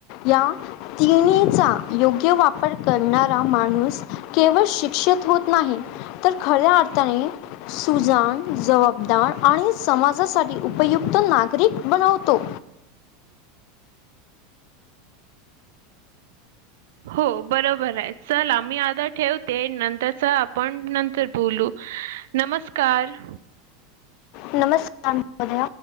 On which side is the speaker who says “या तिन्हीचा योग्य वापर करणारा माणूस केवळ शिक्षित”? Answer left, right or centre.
Left